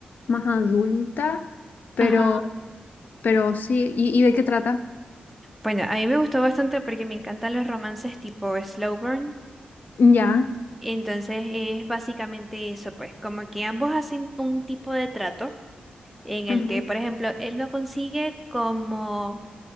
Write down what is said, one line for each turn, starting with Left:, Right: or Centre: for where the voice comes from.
Left: más adulta, pero,
Centre: ajá.
Left: pero sí, ¿y, y de qué trata?
Centre: Bueno, a mí me gustó bastante porque me encantan los romances tipo slow burn.
Left: Ya,
Centre: Entonces es básicamente eso, pues, como que ambos hacen un tipo de trato en el
Left: ujú,
Centre: que, por ejemplo, él no consigue como,